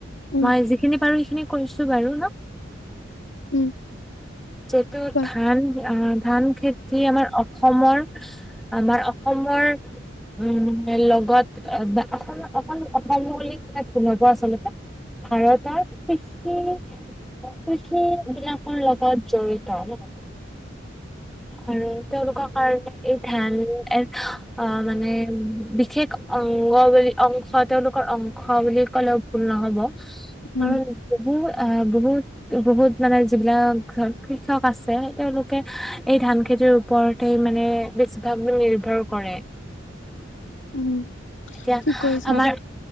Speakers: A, on the left (about 80°); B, in the centre.
A: উম
B: মই যিখিনি পাৰোঁ, সেইখিনি কৈছোঁ বাৰু ন?
A: উম
B: যিহেতু
A: কোৱা
B: ধান অ, ধান খেতি আমাৰ অসমৰ আমাৰ অসমৰ উম, এ, লগত এবা অসম, অসম, অসম বুলি ক'লে ভুল হ'ব আচলতে। ভাৰতৰ কৃষি কৃষি বিলাকৰ লগত জড়িত ন? আৰু তেওঁলোকৰ কাৰণে এই ধান এক আ মানে বিশেষ অংগ বুলি, অংশ তেওঁলোকৰ অং শ বুলি ক'লেও ভুল নহ'ব, কাৰণ
A: উম
B: বহু এ, বহুত বহুত মানে, যিবিলাক ধৰক কৃষক আছে, তেওঁওলোকে এই ধান খেতিৰ ওপৰত তেই মানে বেছিভাগ বোৰেই নিৰ্ভৰ কৰে। এতিয়া
A: উম ঠিক কৰিছা
B: আমাৰ